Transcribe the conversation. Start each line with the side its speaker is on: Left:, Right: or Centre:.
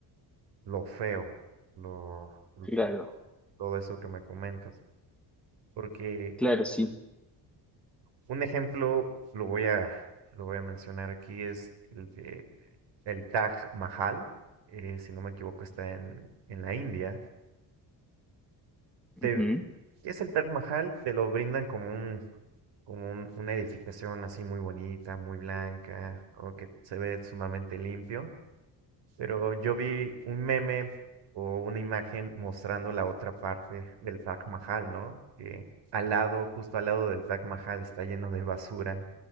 Right: lo feo, lo, lo-
Centre: Claro,
Right: todo eso que me comentas. Porque
Centre: claro, sí.
Right: un ejemplo, lo voy a, lo voy a mencionar aquí, es el de el Taj Mahal, eh, si no me equivoco, está en, en la India. Te,
Centre: Ujú.
Right: ¿qué es el Taj Mahal? Te lo brindan como un como un- una edificación así muy bonita, muy blanca, como que se ve sumamente limpio, pero yo vi un meme o una imagen mostrando la otra parte del Taj Mahal, ¿no? Que al lado, justo al lado del Taj Mahal está lleno de basura